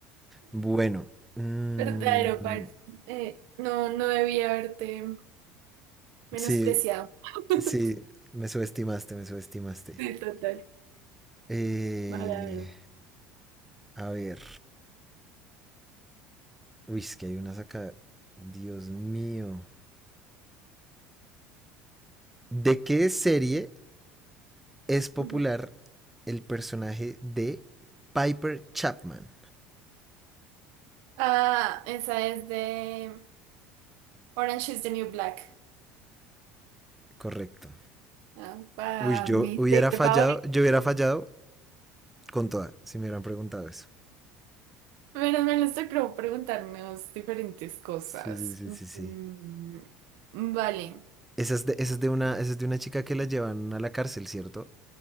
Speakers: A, in the centre; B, on the right.
A: Bueno. mm,
B: Verdadero, par. Eh, no, no debía haberte menospreciado.
A: sí,
B: <laughs>
A: sí, me subestimaste, me subestimaste.
B: Sí, total.
A: Eh,
B: Verdadero.
A: a ver. Uy, es que hay unas acá. Dios mío. ¿De qué serie es popular
B: Ujú.
A: el personaje de Piper Chapman?
B: Ah, esa es de Orange is the New Black.
A: Correcto.
B: Ah, para
A: Uy, yo
B: mi
A: hubiera
B: serie
A: fallado,
B: favorita.
A: yo hubiera fallado Con toda, si me hubieran preguntado eso.
B: Pero me les tocó preguntarnos diferentes cosas.
A: Sí, sí, sí, sí, sí.
B: Mm, vale.
A: Esa es de, esa es de una, esa es de una chica que la llevan a la cárcel, ¿cierto?